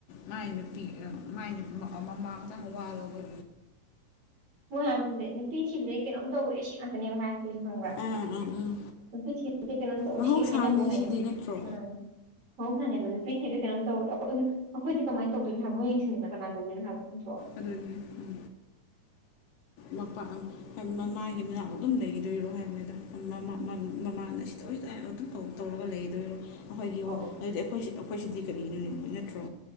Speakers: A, on the left (about 70°); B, on the right (about 45°).
A: ꯃꯥꯥꯏ ꯅꯨꯄꯤ ꯃꯥꯏ ꯃꯃꯥ ꯈꯇꯪ ꯋꯥ ꯂꯧꯧꯕꯦ
B: ꯃꯣꯏ ꯍꯥꯏꯗꯨꯁꯦ ꯅꯨꯄꯤ ꯊꯤꯕꯗꯒꯤꯩ ꯀꯩꯅꯣꯝ ꯇꯧꯔꯦ ꯁꯤ ꯉꯥꯛꯇꯅꯦꯕ ꯍꯥꯏꯔꯕꯗꯨꯣꯏꯁꯦ ꯍꯪꯕ꯭ꯔꯥ
A: ꯑꯥ ꯑꯥ ꯎꯝ
B: ꯑꯗꯨ ꯆꯤꯟ ꯄꯅꯣꯗ ꯑꯣꯁꯤ
A: ꯃꯍꯧꯁꯥꯅꯤ
B: ꯍꯥꯏꯅ ꯣꯍ ꯍꯥꯏꯅ
A: ꯁꯤꯗꯤ ꯅꯠꯇ꯭ꯔꯣ
B: ꯎꯝ ꯃꯍꯧꯁꯥꯅꯦꯕ ꯅꯨꯄꯤꯁꯤꯗꯤ ꯀꯩꯅꯣꯝ ꯇꯧꯋꯦ ꯑꯈꯣꯏꯒꯤ ꯑꯩꯈꯣꯏꯗꯤ ꯀꯃꯥꯏꯅ ꯇꯧꯗꯣꯏꯅꯣ ꯍꯥꯏꯕ ꯃꯣꯏ ꯌꯦꯡꯁꯤꯟꯅ ꯀꯅꯥ ꯇꯧꯗꯣꯏꯅꯣ ꯍꯥꯏꯕ ꯅꯠꯇꯔꯣ
A: ꯑꯗꯨꯅꯦ ꯎꯝ ꯃꯄꯥ ꯎꯝ ꯃꯃꯥꯒꯤ ꯃꯅꯥꯛ ꯑꯗꯨꯝ ꯂꯩꯒꯤꯗꯣꯏꯔꯣ ꯍꯥꯏꯕꯅꯤꯗ
B: ꯎꯝ
A: ꯃꯃꯥꯅ ꯁꯤ ꯇꯣꯏ ꯇꯣꯏꯏꯅ ꯑꯗꯨꯝ ꯇꯧꯔꯒ ꯂꯩꯗꯣꯏꯔꯣ ꯑꯩꯈꯣꯏꯒꯤ
B: ꯑꯣ
A: ꯑꯗꯨꯗꯤ ꯑꯩꯈꯣꯏꯁꯤ ꯑꯩꯈꯣꯏꯁꯤꯗꯤ ꯀꯔꯤꯒꯤꯅꯣꯅꯦ ꯅꯠꯇ꯭ꯔꯣ